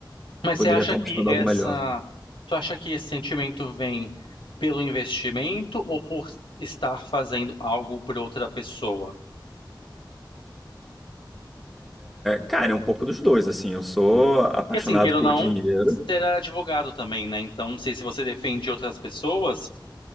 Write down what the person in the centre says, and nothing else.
poderia
estar
buscando
algo melhor.
Cara, é um pouco dos dois, assim. Eu sou apaixonado
por
dinheiro.